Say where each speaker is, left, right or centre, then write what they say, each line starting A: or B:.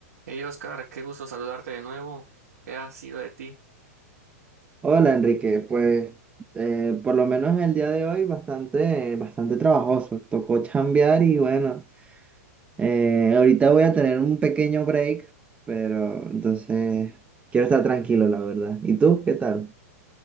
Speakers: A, on the right; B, on the right.
A: Hey Oscar, qué gusto saludarte de nuevo. ¿Qué ha sido de ti?
B: Hola Enrique, pues eh, por lo menos el día de hoy bastante, bastante trabajoso. Tocó chambear y bueno, eh, ahorita voy a tener un pequeño break, pero entonces quiero estar tranquilo, la verdad. ¿Y tú qué tal?